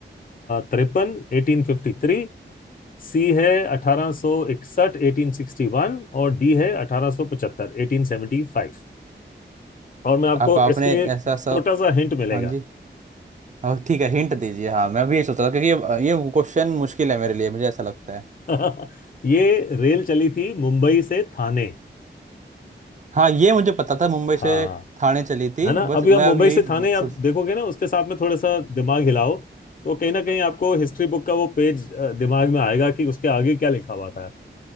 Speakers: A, on the left (about 45°); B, on the right (about 40°).
A: दूसरा 1853 1853 सी है 1861 1861 और डी है 1875 1875 और मैं आपको
B: आप आपने
A: इसके लिए छोटा
B: ऐसा सब
A: सा हिंट मिलेगा
B: हाँ जी हाँ ठीक है हिंट दीजिए हाँ मैं भी ये सोच रहा था क्योंकि ये ये क्वेश्चन मुश्किल है मेरे लिए मुझे ऐसा लगता है
A: <laughs> ये रेल चली थी मुंबई से थाने
B: हाँ ये मुझे पता था मुंबई से
A: हाँ
B: थाने चली थी
A: है ना
B: बस
A: अभी
B: मैं
A: आप मुंबई
B: अब यही
A: से थाने
B: सो-
A: आप देखोगे ना उसके साथ में थोड़ा सा दिमाग हिलाओ तो कहीं ना कहीं आपको हिस्ट्री बुक का वो पेज अ, दिमाग में आएगा कि उसके आगे क्या लिखा हुआ था